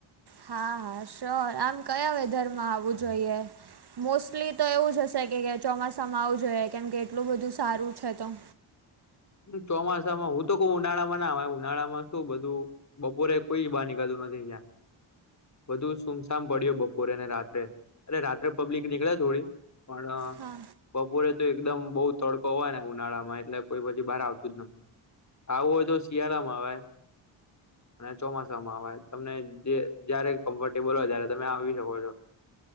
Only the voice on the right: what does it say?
હા હા શ્યોર આમ કયા વેધરમાં આવવું જોઈએ? મોસ્ટલી તો એવું જ હશે કે ચોમાસામાં આવું જોઈએ કેમ કે એટલું બધું સારું છે તો.
હા